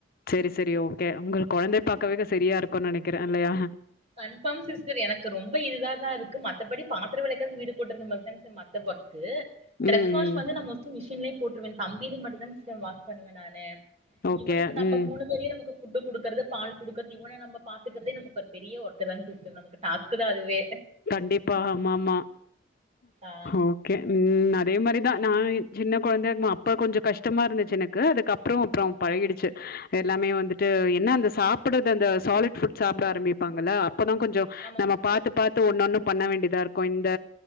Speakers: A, on the left; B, on the right.
A: சேரி சேரி ஓகே உங்களுக்கு கொழந்தை பாக்கவேக்க செரியா இருக்கும்னு நெனைக்கிறே இல்லையா
B: கன்ஃபார்ம் சிஸ்டர் எனக்கு ரொம்ப இதுதா தா இருக்கு மத்தபடி பாத்திர வெளக்குறது வீடு கூட்டுறது மட்டும் தா மத்த ஒர்க டிரஸ்
A: ம்,
B: வாஷ்
A: ம்.
B: வந்து நா மோஸ்லி மிஷின்ல போற்றுவேன் தம்பிது மட்டும்தா வாஷ்பண்ணுவேன் நானு
A: ஓகே.
B: இவனுக்கு நம்ம
A: ம்.
B: மூணு வேலயும் நமக் ஃபுட்டு் கொடுக்கறத பால் குடுக்குறது இவன நம்ம பாத்துக்கறதே நம பெரிய ஒர்க்க தாங்க சிஸடர் நமக்கு டாஸ்க்குதா அதுவே
A: கண்டிப்பா ஆமாமா
B: ஆ
A: ஓகே உம் அதே மாரிதா நா சின்ன கொழந்தைய இருக்கு போ அப்ப கொஞ்சோ கஷ்டமா இருந்துச்சு எனக்கு அதுக்கு அப்றோ அப்றோ பழகிடுச்சு
B: ஆ
A: எல்லாமே வந்துட்டு என்ன அந்த சாப்புட்றது அந்த சாலிட் ஃபுட் சாப்பிட ஆரம்பிப்பாங்கள அப்ப தா கொஞ்சோ
B: ஆமாங்க
A: நம்ம
B: சிஸ்டர்
A: பாத்து இன்னொன்னும் பண்ண வேண்டியதா இருக்கோ இந்த